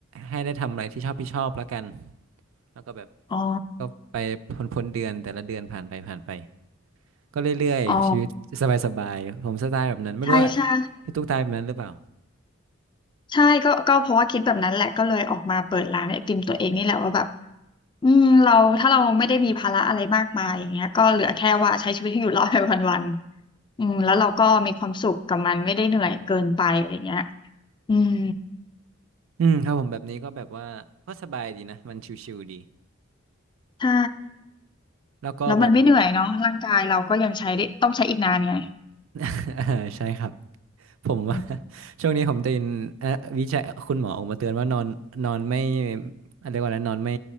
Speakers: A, on the right (about 75°); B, on the left (about 25°).
A: ให้ได้ทำอะไรที่ชอบที่ชอบแล้วกันแล้วก็แบบ
B: อ๋อ
A: ก็ไปพ้นพ้นเดือนแต่ละเดือนผ่านไปผ่านไปก็เรื่อยๆชีวิต
B: อ๋อ
A: สบายๆผมสไตล์แบบนั้นไม่รู้ว่า
B: ใช่ใช่
A: พี่ตุ๊กตายแบบนั้นหรือเปล่า
B: ใช่ก็ก็เพราะว่าคิดแบบนั้นแหละก็เลยออกมาเปิดร้านไอติมตัวเองนี่แหละว่าแบบอืมเราถ้าเราไม่ได้มีภาระอะไรมากมายอย่างเงี้ยก็เหลือแค่ว่าใช้ชีวิตให้อยู่รอดไปวันๆอืมแล้วเราก็มีความสุขกับมันไม่ได้เหนื่อยเกินไปอะไรเงี้ยอืม
A: อืมครับผมแบบนี้ก็แบบว่าก็สบายดีนะมันชิวๆดี
B: ใช่
A: แล้วก็แบบว่า
B: แล้วมันไม่เหนื่อยเนาะร่างกายเราก็ยังใช้ได้ต้องใช้อีกนานไง
A: <laughs> ใช่ครับ ผมว่า
B: อืม
A: <laughs> ช่วงนี้ผมได้ยินเอ่อวิจัยคุณหมอออกมาเตือนว่านอนนอนไม่อะไรยกว่าอะไรนอนไม่